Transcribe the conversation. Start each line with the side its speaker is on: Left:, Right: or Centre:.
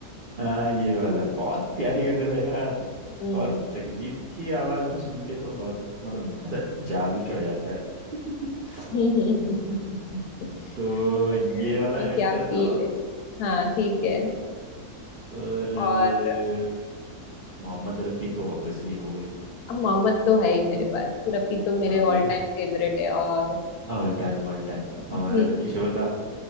Right: हाँ ये वाला बहुत प्यारी गजल है यार
Left: हम्म
Right: और जगजीत की आवाज में सुन के तो और मतलब ऐसा जादू चढ़ जाता है
Left: <laughs> वो
Right: <laughs> तो
Left: तो
Right: ये
Left: है उसमें
Right: वाला ऐड
Left: क्या
Right: कर
Left: फील
Right: दो
Left: है हाँ ठीक है
Right: और
Left: और
Right: अ, मोहम्मद रफी तो ऑब्वियसली हो गई
Left: अब मोहम्मद तो है ही मेरे पास रफी तो मेरे
Right: और
Left: ऑल टाइम फेवरेट है और
Right: ऑल टाइम ऑल टाइम
Left: हम्म
Right: और किशोर दा